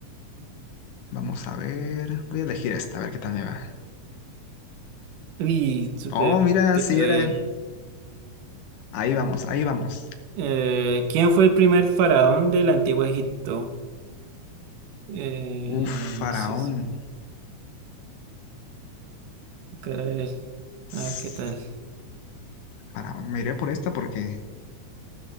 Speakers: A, on the left; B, on the right.
A: Vamos a ver. Voy a elegir esta, a ver qué tal me va.
B: Uy, súper
A: Oh, mira,
B: te
A: sí
B: quedé.
A: era. Ahí vamos, ahí vamos.
B: Eh, ¿quién fue el primer faraón del antiguo Egipto? Eh,
A: Uf, Faraón.
B: no sé. si- Cara de él.
A: Tss,
B: A ver qué tal.
A: Faraón. Me iré por esta porque.